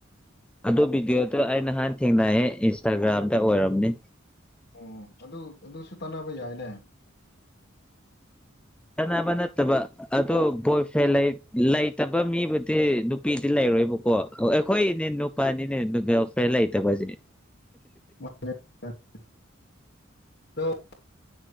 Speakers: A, in the centre; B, on the left.
A: ꯑꯗꯣ ꯚꯤꯗꯤꯑꯣꯗꯣ ꯑꯩ ꯅꯍꯥꯟ ꯊꯦꯡꯅꯩꯌꯦ ꯏꯟꯁꯇꯥꯒ꯭ꯔꯥꯝꯗ ꯑꯣꯏꯔꯝꯅꯤ
B: ꯑꯣ ꯑꯗꯨ ꯑꯗꯨꯁꯨ ꯇꯥꯟꯅꯕ ꯌꯥꯏꯅꯦ
A: ꯀꯅꯥꯕ ꯅꯠꯇꯕ ꯑꯗꯣ ꯕꯣꯏꯐꯦꯟ ꯂꯩꯇꯕ ꯃꯤꯕꯨꯗꯤ ꯅꯨꯄꯤꯗꯤ ꯂꯩꯔꯣꯏꯕꯀꯣ ꯑꯩꯈꯣꯏꯅꯦ ꯄꯥꯅꯤꯅꯦ ꯐꯦꯂ ꯑꯇ ꯖꯅꯦ
B: ꯍꯜꯂꯣ